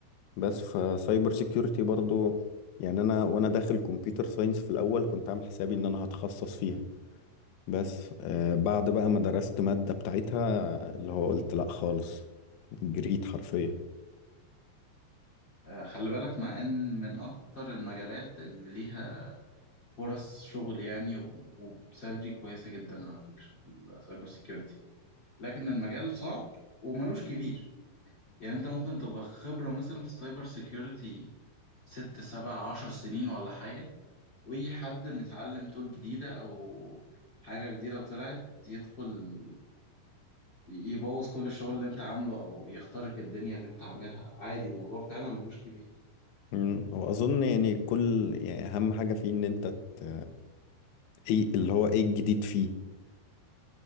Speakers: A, on the left (about 80°); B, on the left (about 30°).
A: بس فسايبر سيكيورتي برضو يعني انا وانا داخل كمبيوتر ساينس في الاول كنت عامل حسابي ان انا هتخصص فيها بس آه، بعد بقى ما درست مادة بتاعتها اللي هو قلت لا خالص جريت حرفيا
B: آه، خلي بالك مع إن من أكتر المجالات اللي ليها فرص شغل يعني و- وبسالري كويسة جدا على فكرة السايبر سيكيورتي لكن المجال صعب وملوش كبير يعني انت ممكن تبقى خبرة مثلا في السايبر سيكيورتي ست سبع عشر سنين ولا حاجة ويجي حد متعلم تول جديدة أو حاجة جديدة طلعت يدخل يبوظ كل الشغل اللي انت عامله أو يخترق الدنيا اللي انت عاملها عادي الموضوع فعلا ملوش كبير
A: مم. واظن يعني كل يعني اهم حاجه فيه ان انت ت... ايه اللي هو ايه الجديد فيه